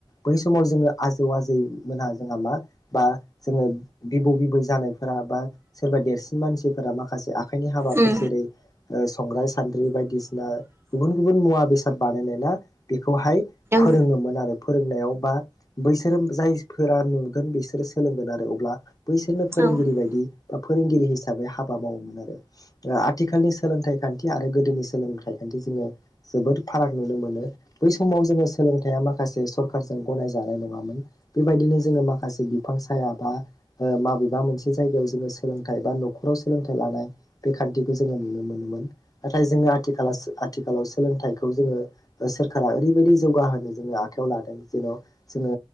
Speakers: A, on the left; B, on the right.
A: बै समाव जोङो आजेव आजै मोनहा जोंहा मा बा जोङो बिबौ बिबै जानायफ्रा बा सोरबा देरसिन मानसिफोरा माखासे आ खाइनि हाबाफोर
B: उम उम औ उम
A: जेरै ओ संग्राय सान्द्रि बायदिसिना गुबुन गुबुन मुवा बेसाद बानायनाय ना बेखौहाय फोरोङोमोन
B: उम
A: आरो। फोरोंनायाव बा बैसोरो जायफोरा नुगोन बिसोरो सोलोंगोन आरो अब्ला बैसोरनो
B: उम
A: फोरोंगिरि बायदि फोरोंगिरि हिसाबै हाबा मावोमोन आरो। आथिखालनि सोलोंथाइ खान्थि आरो गोदोनि सोलोंथाइ खान्थि जोङो जोबोद फाराग नुनो मोनो बै समाव जोङो सोलोंथाइया माखासे सरखारजों गनायजानाय नङामोन। बेबायदिनो जोङो माखासे बिफां हाया बा ओ माबेबा मोनसे जायगायाव जोङो सोलोंथाइ बा न'खराव सोलोंथाइ लानाय बे खान्थि जोङो नुनो मोनोमोन नाथाय जोङो आथिखालासो आथिखालाव सोलोंथायखो खौ जोङो सोरखारा ओरैबायदि जौगाहोनो जोङो आखायाव लादों जेन' जोङो